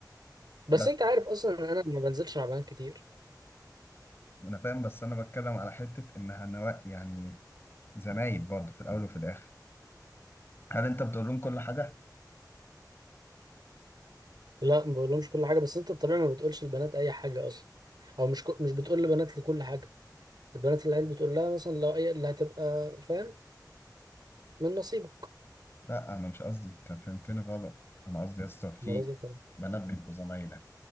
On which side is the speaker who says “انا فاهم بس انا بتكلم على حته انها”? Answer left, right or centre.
Left